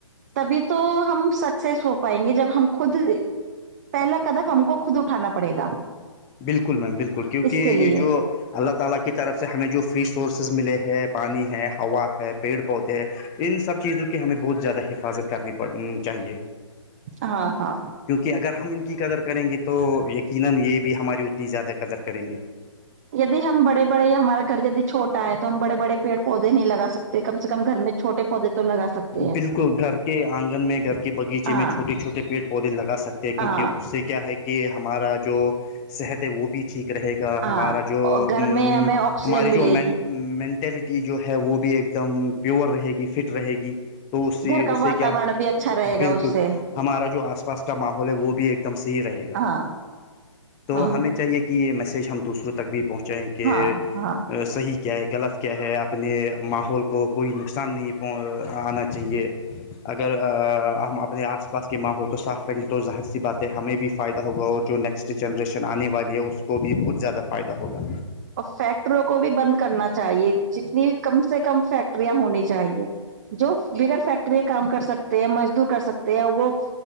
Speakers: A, on the right; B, on the left.
A: تب ہی تو ہم سکسیس ہو پائیں گے جب ہم خود پہلے قدم ہم کو خود اٹھانا پڑے گا
B: بالکل میم بالکل کیونکہ
A: اس کے لیے
B: یہ جو اللہ تعالی کی طرف سے ہمیں جو فری سورسز ملے ہے پانی ہے ہوا ہے پیڑ پودے ان سب چیزوں کی ہمیں بہت زیادہ حفاظت کرنی چاہیے
A: ہاں ہاں
B: کیونکہ اگر ہم ان کی قدر کریں گے تو یقیناں یہ بھی ہماری اتنی زیادہ قدر کریں گے
A: یدی ہم بڑے بڑے ہمارا گھر یدی چھوٹا ہے تو ہم بڑے بڑے پیڑ پودے نہیں لگا سکتے کم سے کم گھر میں چھوٹے پودے تو لگا سکتے ہیں
B: بالکل گھر کے آنگن میں گھر کے بغیچے
A: ہاں
B: میں چھوٹے چھوٹے پیڑ پودے لگا سک تے کیونکہ
A: ہاں
B: اس سے کیا ہے کہ ہمارا جو صحت ہے وہ بھی ٹھیک رہے گا
A: ہاں
B: ہمارا جو
A: اور گھر
B: امم
A: میں ہمیں آکسیجن
B: ہماری
A: ملے
B: جو مین
A: گی
B: مینٹلٹی جو ہے وہ بھی ایک دم پیور رہے گی فٹ رہے گی تو سے
A: گھر کا
B: اس
A: واتاورن
B: سے کیا
A: بھی اچھا رہے گا
B: بالکل
A: اس سے
B: ہمارا جو آس پاس کا ماحول ہے وہ بھی ایک دم صحیح رہے گا
A: ہاں
B: تو
A: ہاں
B: ہمیں چاہیے کہ یہ میسج ہم دوسروں تک بھی پہنچائیں کہ
A: ہاں ہاں
B: صحیح کیا ہے غلط کیا ہے اپنے ماحول کو کوئی نقصان نہیں آنا چاہیے اگر ہم اپنے آس پاس کے ماحول کو صاف ریں گے تو ظاہر سی بات ہے ہمیں بھی فائدہ ہوگا اور جو نیکسٹ جنریشن آنے والی ہے اس کو بھی بہت زیادہ فائدہ ہوگا
A: اور فیکٹریوں کو بھی بند کرنا چاہیے جتنی کم سے کم فیکٹریاں ہونی چاہیے جو بگر فیکٹری کام کر سکتے ہیں مزدور کر سکتے ہیں وہ